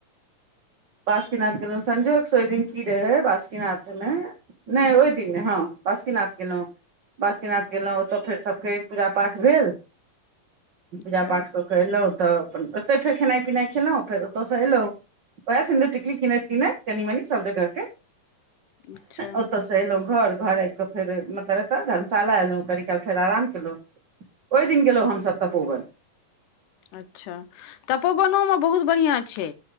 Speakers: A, on the right; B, on the left.
A: बासुकीनाथ गेलहुँ संजोगसँ, ओहि दिन की रहै बासुकीनाथमे। नहि, ओहि दिनमे हँ बासुकीनाथ गेलहुँ, बासुकीनाथ गेलहुँ, ओतय फेर सभ। के पूजा पाठ भेल,
B: अच्छा
A: पूजा पाठ कऽ। कयलहुँ तऽ अपन ओतहि फेर खेनाइ पिनाइ खेलहुँ, फेर ओतयसँ अयलहुँ। बस, सिन्दूर टिकली किनैत किनैत, कनि मनि सभ जगहके
B: अच्छा
A: ओतऽ। से अयलहुँ घर, घर आबि कऽ फेर मतलब एतऽ धर्मशाला एलहुँ, कनिकाल फेर आराम। ओहि दिन गेलहुँ हमसभ तपोवन।
B: अच्छा, तपोवनोमे बहुत बढ़ियाँ छै